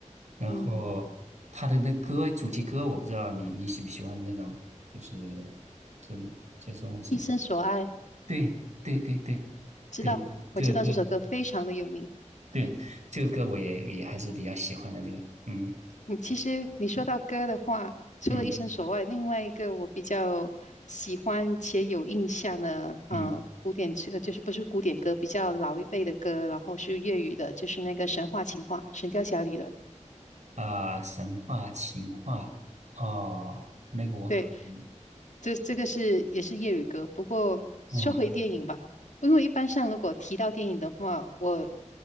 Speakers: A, on the right; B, on the left.
A: 然后他的那歌主题歌，
B: 嗯，
A: 我不知道你你喜不喜欢那种，就是这就是我是
B: 一生所爱，
A: 对对对对
B: 知道，
A: 对，
B: 我知道这首歌非常的有名。
A: 这个歌对这个歌我也也还是比较喜欢的这个，嗯
B: 嗯，其实你说到歌的话，除了一生所爱，
A: 嗯
B: 另外一个我比较喜欢且有印象的，嗯、
A: 嗯
B: 古典呃就是不是古典歌，比较老一辈的歌，然后是粤语的，就是那个《神话情话》《神雕侠侣》的。
A: 啊、神话情话哦，那个我可能
B: 对，这这个是也是粤语歌，不过说回电影吧，
A: 嗯
B: 因为一般上如果提到电影的话，我